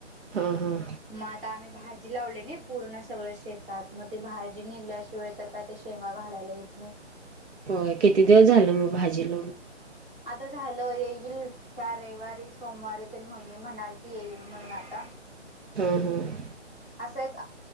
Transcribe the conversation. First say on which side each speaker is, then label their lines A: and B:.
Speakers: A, on the right; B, on the right.
A: हं हं
B: मग आता आम्ही भाजी लावली नई पूर्ण सगळं शेतात मग ते भाजी निघल्या शिवाय तर काय ते शेवा घालायला येत नाही
A: हो किती दिवस झालं मग भाजी लावून?
B: आता झालं येईल या रविवारी सोमवारी तर मम्मी म्हणाल ती येईल म्हणून आता
A: हम्म हम्म
B: असं एक